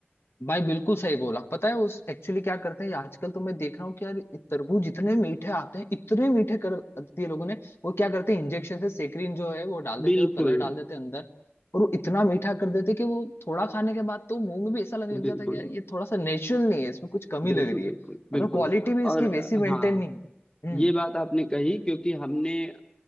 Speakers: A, on the left; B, on the left.
A: भाई बिल्कुल सही बोला पता है उस एक्चुअली क्या करते हैं आजकल तो मैं देख रहा हूँ कि यार तरबूज इतने मीठे आते हैं इतने मीठे कर दिए लोगों ने वो क्या करते हैं इंजेक्शन से सेक्रीन जो है वो डाल देते
B: बिल्कुल
A: हैं और कलर डाल देते हैं अंदर और वो इतना मीठा कर देते हैं कि वो थोड़ा खाने के बाद तो मुंह में भी ऐसा लगने
B: बिल्कुल
A: लग जाता है कि यार ये थोड़ा सा नेचुरल नहीं है इसमें कुछ कमी
B: बिल्कुल
A: लग रही
B: बिल्कुल
A: है
B: बिल्कुल
A: मतलब क्वालिटी भी इसकी
B: और
A: वैसी मेंटेन
B: हाँ
A: नहीं है हम्म
B: ये बात आपने कही क्योंकि हमने अ,